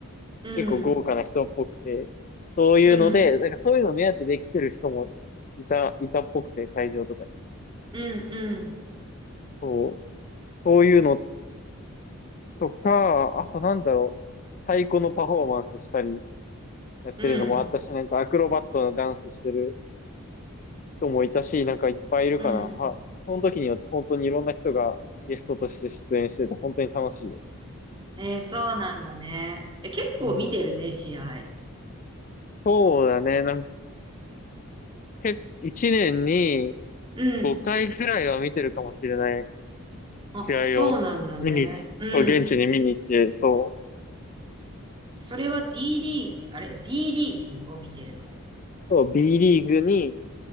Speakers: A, on the right (about 20°); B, on the left (about 35°).
A: うん、
B: 結構豪華な人っぽくて、そういうので、
A: うん、
B: なんかそういうの目当てで来てる人もいた、いたっぽくて、会場とかに。
A: うん、うん、
B: そう。そういうのとか、あとなんだろう、太鼓のパフォーマンスしたりやってるのもあったし、
A: うん、
B: なんかアクロバットなダンスしてる人もいたし、なんかいっぱいいるかな。
A: うん。
B: は、その時によって本当にいろんな人がゲストとして出演してて、本当に楽しいよ。
A: えー、そうなんだね。え、結構見てるね、
B: うん。
A: 試合。
B: そうだね。なんか、け一年に
A: うん。
B: 5回ぐらいは見てるかもしれない試合を見に、
A: あ、そうなんだね。うん。
B: そう、現地に見に行って、そ
A: それは D リーグ、あれ ?B リーグを見てるの
B: う、そう、B リーグに、